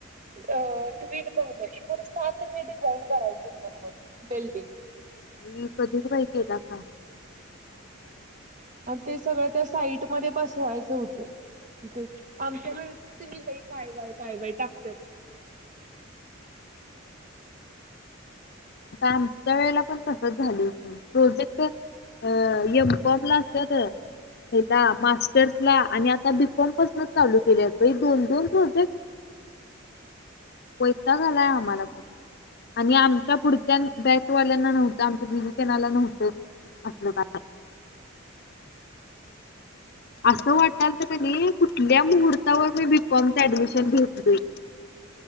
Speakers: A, on the right; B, on the left.
A: अ <unintelligible> एकूण सात हे डिझाईन करायचं होतत बघ बिल्डिंग.
B: <unintelligible> कधीच बाई केला का?
A: आणि ते सगळं त्या साईटमध्ये बसवायचं होतं ते आमच्या वेळेसच तेनी लई काय बाय काय बाय टाकत्यात.
B: आता आमच्या वेळेला पण तसंच झालं होतं प्रोजेक्ट अ एम कॉम ला असतात ह्याला मास्टर्सला आणि आता बी कॉम पासूनच चालू केल्यात बाई दोन दोन प्रोजेक्ट वै ताग आलाय आम्हाला पण आणि आमच्या पुढ च्या बॅकवाल्यांना नव्हतं, आमच्या दिदी त्यांनाला नव्हतं असलं काय. असं वाटालतं क नाही कुठल्या मुहूर्तावर मी बी कॉमचं ऍडमिशन घेतलोय?